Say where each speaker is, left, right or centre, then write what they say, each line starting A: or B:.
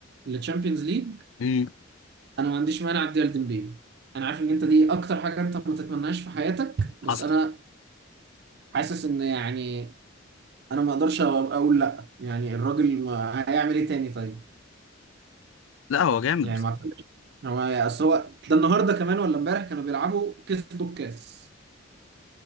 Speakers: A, on the right; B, on the left.
A: الشامبيونز ليج
B: امم
A: أنا ما عنديش مانع أديها لديمبيلي أنا عارف إن أنت دي أكتر حاجة أنت ما تتمناش في حياتك بس
B: حصل
A: أنا حاسس إن يعني أنا ما أقدرش أقول لأ يعني الراجل ما هيعمل إيه تاني طيب
B: لا هو جامد
A: يعني
B: بس.
A: ما أعتقدش هو أصل هو ده النهاردة كمان ولا إمبارح كانوا بيلعبوا كسبوا الكاس